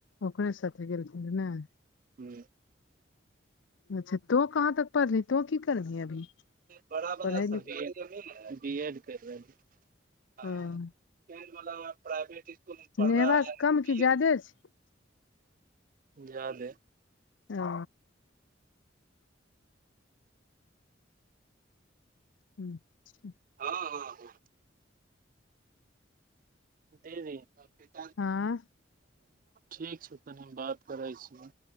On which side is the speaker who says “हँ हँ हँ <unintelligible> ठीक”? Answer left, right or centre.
Right